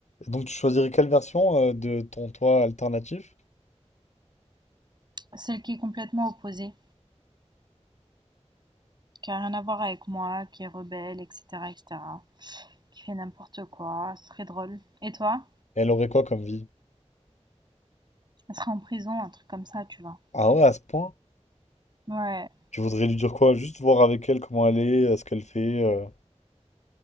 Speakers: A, on the left; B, on the right.
A: Donc tu choisirais quelle version euh, de ton toit alternatif?
B: Celle qui est complètement opposée, qui a rien à voir avec moi, qui est rebelle, etc., etc., qui fait n'importe quoi, ce serait drôle. Et toi?
A: Elle aurait quoi comme vie?
B: Elle serait en prison, un truc comme ça, tu vois.
A: Ah ouais, à ce point?
B: Ouais.
A: Tu voudrais lui dire quoi? Juste voir avec elle comment elle est, euh, ce qu'elle fait. euh,